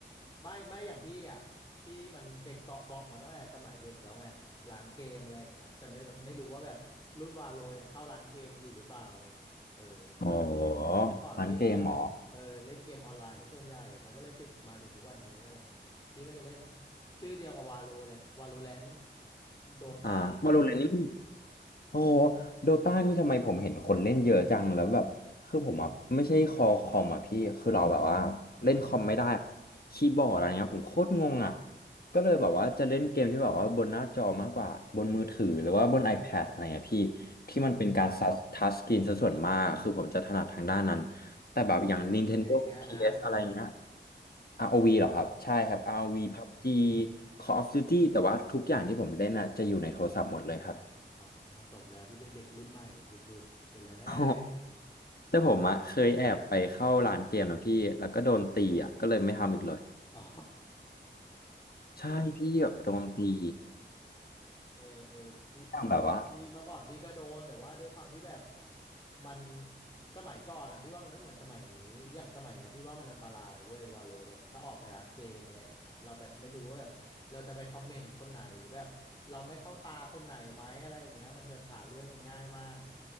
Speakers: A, on the left; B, on the left.
A: ไม่ไม่อย่างพี่อ่ะพี่มันเด็กเกาะเบาะมาตั้งแต่สมัยเด็กแล้วไงร้านเกมอะไรอย่างเงี้ยแต่ไม่แบบไม่รู้ว่าแบบรุ่นวาโลยังเข้าร้านเกมมันอยู่หรือเปล่าอะไรอย่างเงี้ยเออแต่แบบ
B: อ๋อร
A: เมื่อก่อนพี่ก็จะเออเล่นเกมออนไลน์ซะส่วนใหญ่มันก็เลยติดมาถึงทุกวันนี้อะไรอย่างเงี้ยพี่ก็จะเล่น
B: ้านเกมเหรอ
A: ชื่อเดียวกับวาโลเลยวาโลแรนต์โดตาอะไรอย่างเงี้ย
B: อ่าวาโลแรนนี่ โอ้โดตานี่ทำไมผมเห็นคนเล่นเยอะจังแล้วแบบคือผมอ่ะไม่ใช่คอคอมอ่ะพี่คือเราแบบว่าเล่นคอมไม่ได้
A: อ
B: คบีย์บอร์ดอะไรเงี้ยผมโคตรงงอ่ะก็เลยแบบว่าจะเล่นเกมที่แบบว่าบนหน้าจอมากกว่า บนมือถือหรือว่าบน iPad อะไรเงี้ยพี่ที่มันเป็นการทัชทัชสกรีนซะส่วนมากคือผมจะถนัดทางด้านนั้น
A: ๋อ
B: แต่แบบอย่าง
A: อาวีอะไรอย่างเงี้ยนะ
B: Nintendo PS อสอะไรเงี้ย r ว v เหรอครับ ใช่ครับ
A: เออ
B: r v PUBG Call of Duty แต่ว่าทุกอย่างที่ผมเล่นอ่ะจะอยู่ในโทรศัพท์หมดเลยครับ
A: อ๋อสมแล้วที่เป็นเด็กรุ่นใหม่สุดๆไปเลย
B: <laughs> อ๋อ แต่ผมอะเคยแอบไปเข้าร้านเกมนะพี่แล้วก็โดนตีอะก็เลยไม่ทำอีกเลย
A: อ๋อ
B: ใช่พี่แบบโดนตี
A: โอเคเออเออพี่ไม่แต่พี่เมื่อก่อนพี่ก็โดนแต่ว่าด้วยความที่แบบ
B: อย่างแบบว่า
A: มันสมัยก่อนอ่ะพี่ว่ามันไม่เหมือนสมัยนี้อย่างสมัยเนี้ยพี่ว่ามันอันตรายเว้ยวาโลแบบถ้าออกไปร้านเกมอะไรอย่างเงี้ยเราแบบไม่รู้ว่าแบบเราจะไปคอมเมนต์คนไหนหรือแบบเราไม่เข้าตาคนไหนไหมอะไรอย่างเงี้ยมันแบบหาเรื่องกันง่ายมากไง